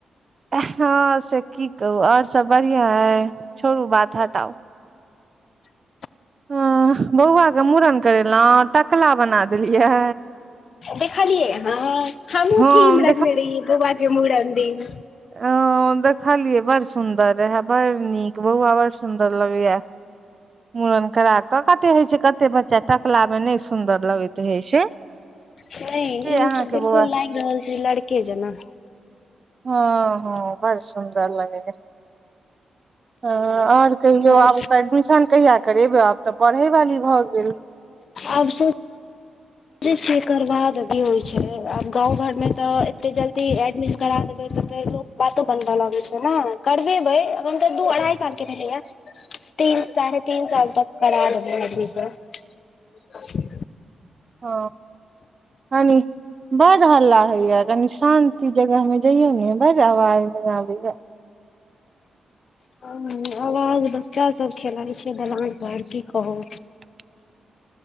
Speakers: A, on the right (about 40°); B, on the left (about 60°).
A: आ हँ से की कहू आओर सब बढ़िआँ अइ छोड़ू बात हटाउ
B: ह
A: हं बौआ के मुड़न करेलौं टकला बना देलियै
B: देखलियै आहां ह हमहूं
A: हम
B: ठीम रखने रहियै बौबा के मुड़न दिन
A: अं हूं देखलियए बड़ सुंदर रहे बड़ नीक बौआ बड़ सुंदर लगैया मूड़न करा कऽ कते होइ छै कते बच्चा टकला मे नय सुन्दर लगैत रहै छै
B: नय
A: से
B: ई
A: अहाँके
B: तऽ बिलकुल
A: बौआ
B: लागि रहल छै लड़के जेना
A: हँ हँ बड़ सुन्दर लगैया ह आओर कहियौ
B: और
A: आब ओकर एडमिशन कहिया करेबै आब तऽ पढ़ैवाली भऽ गेल
B: आब सो चै छियै करबा देबै होइ छै आब गाँव घर मे तऽ एते जल्दी एडमिशन करा देबै त फेर बातो बनबऽ लगै छै न करबेबै अखन तऽ दू अढ़ाई साल के भेलैया तीन साढ़े तीन साल तक करा लेबै हेतै त
A: ह कानी बड हल्ला होेयऽ कनी शान्ति जगह मे जइयौ ने बड़ आवाज जेना अबैया
B: ह आवाज बच्चा सब खेलाई छै दलान पर की कहू
A: <inaudible>